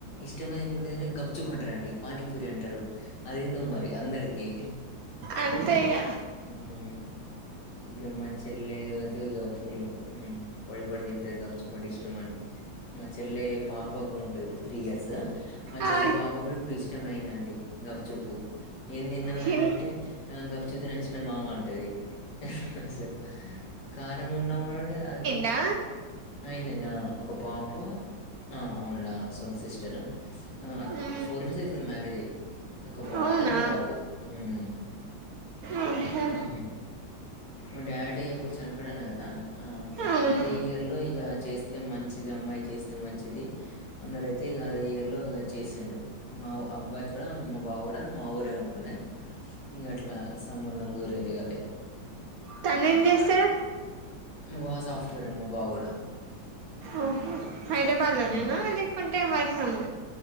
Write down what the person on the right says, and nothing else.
అంతే
ఇగ
ఆ
హిం
నా
మ్మ్
అవునా
ఆహా
అవును
తను ఏం చేస్తాడు
ఓ హైదరాబాద్లోనేనా
లేకుంటే వర్క్ ఫ్రమ్